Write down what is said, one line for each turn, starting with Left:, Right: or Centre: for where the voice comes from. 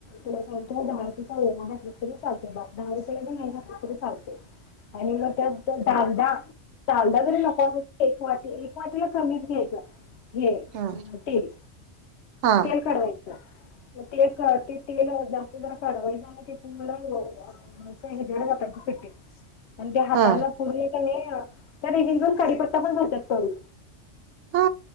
Left: तुला सांगतो दहा रुपयाेचा ओवा घातला तरी चालते दहा रुपयाचा नाही घातला तरी चालते आणि मग त्यात कांदा कांदा जरी नको एक वाटी एक वाटीला कमीच घ्यायच हे
Right: हा
Left: तेल
Right: हा
Left: तेल कडवायच मग ते ते तेल जास्त जरा कढवायच आणि ते तुम्हाला- <unintelligible> मग सगळी धार वतायची पिठीत आणि ते हातान
Right: हा
Left: पुर्ण कणी एक एक जण कडीपत्ता पण घालतात तळुन
Right: हा